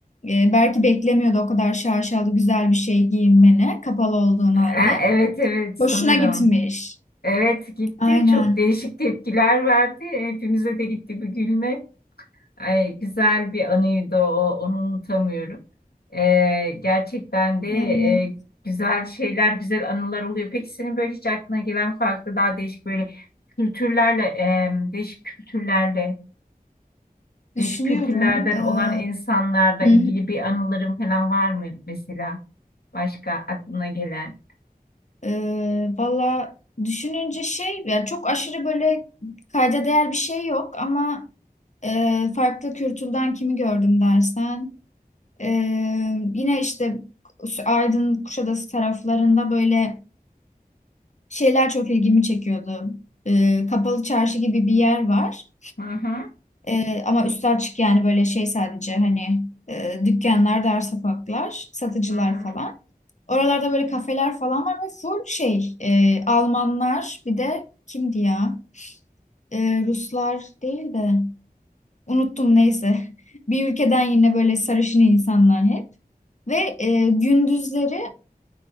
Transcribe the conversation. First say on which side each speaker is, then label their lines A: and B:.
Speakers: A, on the left (about 50°); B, on the left (about 80°).
A: e, belki beklemiyordu o kadar şaşalı güzel bir şey giyinmeni kapalı olduğun halde.
B: Ha, Evet evet
A: Boşuna
B: sanırım.
A: gitmiş.
B: Evet gitti.
A: Aynen.
B: Çok değişik tepkiler verdi. Hepimize de gitti bir gülme. Ay, güzel bir anıydı o. Onu unutamıyorum. Ee, gerçekten de e,
A: Evet.
B: güzel şeyler, güzel anılar oluyor. Peki senin böyle hiç aklına gelen farklı daha değişik böyle kültürlerle, e, değişik kültürlerle,
A: Düşünüyorum.
B: değişik kültürlerden
A: Ee,
B: olan insanlarla
A: Hı
B: ilgili
A: hı.
B: bir anıların falan var mı mesela? Başka aklına gelen?
A: Ee, valla düşününce şey yani çok aşırı böyle kayda değer bir şey yok ama e, farklı kültürden kimi gördüm dersen e, yine işte Aydın Kuşadası taraflarında böyle şeyler çok ilgimi çekiyordu. Ee, kapalı çarşı gibi bir yer var.
B: Hı hı,
A: Ee, ama üstü açık yani böyle şey sadece hani e, dükkanlar, dar sokaklar, satıcılar
B: hı hı,
A: falan. Oralarda böyle kafeler falan var ve full şey e, Almanlar bir de kimdi ya? E, Ruslar değil de unuttum neyse. <laughs> Bir ülkeden yine böyle sarışın insanlar hep. Ve e, gündüzleri